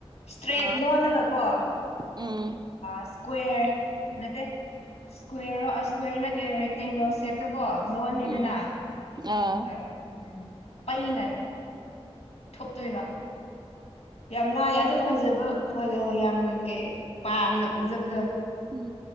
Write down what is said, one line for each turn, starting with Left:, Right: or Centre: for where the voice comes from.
Left: ꯏꯁꯇ꯭ꯔꯦꯠ
Right: ꯑꯥ
Left: ꯂꯣꯜꯂꯒꯀꯣ
Right: ꯎꯝ
Left: ꯏꯁꯀ꯭ꯋꯦꯔ ꯅꯠꯇꯦ ꯏꯁꯀ꯭ꯋꯦꯔ ꯏꯁꯀ꯭ꯋꯦꯔ ꯅꯠꯇꯦ ꯔꯦꯛꯇꯦꯡꯒꯜ ꯁꯦꯞꯇ ꯀꯣ ꯂꯣꯟꯅꯦꯗꯅ
Right: ꯎꯝ ꯑꯥ
Left: ꯑꯗꯨꯒ ꯎ ꯄꯅ ꯊꯣꯛꯇꯣꯏꯕ ꯌꯥꯝ ꯂꯥꯏꯑ ꯑꯗꯨꯣ ꯐꯖꯕ ꯌꯥꯝ ꯀꯩ ꯄꯥꯝꯅ ꯎꯖꯕꯗꯣ
Right: ꯎꯝ